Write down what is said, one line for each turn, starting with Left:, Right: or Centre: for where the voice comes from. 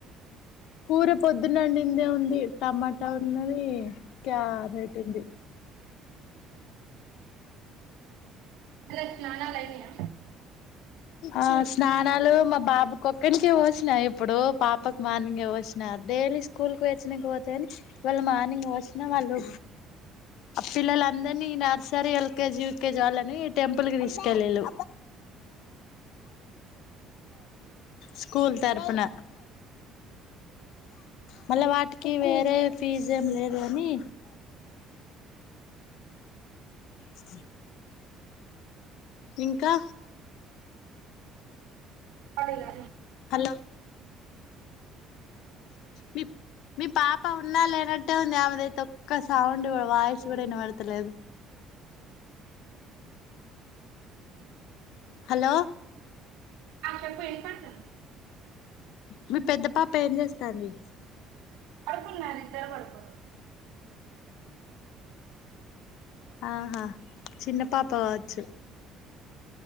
Left: కూర పొద్దున వండిందే ఉంది. టమాటా ఉన్నది క్యారేట్ ఉంది.
Right: పిల్లల స్నానాలైనయా
Left: ఆ స్నానాలు మా బాబు కొక్కనికే పో న ఇప్పుడు పాపక్ మార్నింగే పోసిన డైలీ స్కూల్కు పోయి వచ్చినంక పోత్త గని ఇవాళ మార్నింగ్ పోసిన వాళ్ళు పిల్లలందర్నీ నర్సరీ, ఎల్కేజీ, యూకేజీ వాళ్ళని టెంపుల్కి తీస్కెళ్లిన్లు. స్కూల్ తర్పున మళ్ళ వాటికి వేరే ఫీజ్ ఏం లేదు గని అ ఇంకా
Right: పడల
Left: హలో మీ మీ పాప ఉన్నా లేరం ట్టే ఉంది ఆమెదయితే ఒక్క సౌండ్ వాయిస్ గుడా ఇనబడ్తలేదు. హలో
Right: ఆ చెప్పు ఏం పైసలు
Left: మీ పెద్ద పాప ఏం చేస్తాంది.
Right: పడుకున్నార్ ఇద్దరు పడుకున్రు
Left: ఆహా చిన్న పాప కావచ్చు.